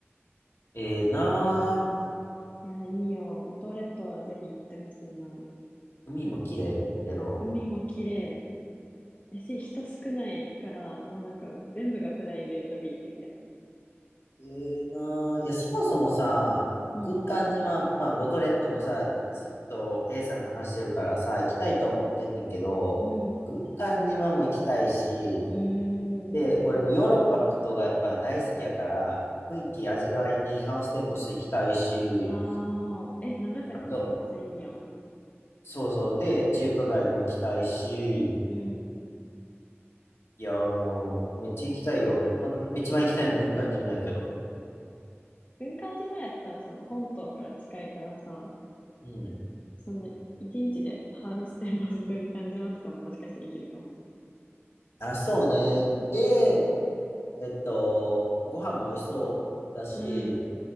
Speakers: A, on the left; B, on the left.
A: ええなあ。
B: いや、いいよ。五島列島はぜひ行ってほしいな。
A: 海も綺麗やろ
B: なんかす、海も綺麗やし、人少ないから、もうなんか全部がプライベートビーチみたいな感じ。
A: ええなあ。いや、そもそもさ、軍艦島、
B: うん、
A: まあ、五島列島もさ、ずっと A さんが話してるからさ、行きたいとは思ってんねんけど、
B: うん、
A: 軍艦島も行きたいし、
B: うーん。
A: で、俺もヨーロッパのことがやっぱ大好きやから、雰囲気味わいにハウステンボス行きたいし、
B: ああ、え、長崎めっちゃいいやん。
A: あと、そうそう、で、中華街も行きたいし、
B: うん。
A: いや、もう、めっちゃ行きたいよ。まあ、一番行きたいの軍艦島やけど。
B: 軍艦島やったらその本島から近いからさ、
A: うん。
B: その一日でハウステンボス軍艦島とかももしかしたら生きるかもしれない。
A: あ、そうね。で、えっと、ご飯も美味しそうだし、
B: うん。